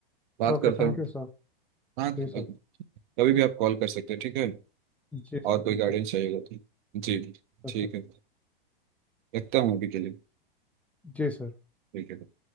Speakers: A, on the right; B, in the centre.
A: बात
B: Okay
A: करता
B: thank
A: हूँ
B: you sir
A: हाँ
B: जी सर
A: कभी भी आप कॉल कर सकते हैं ठीक है
B: जी
A: और
B: सर
A: कोई
B: जी
A: गाइडेंस
B: सर
A: चाहिए होगा तो जी
B: ओके
A: ठीक है रखता हूँ अभी के लिए
B: जी सर
A: ठीक है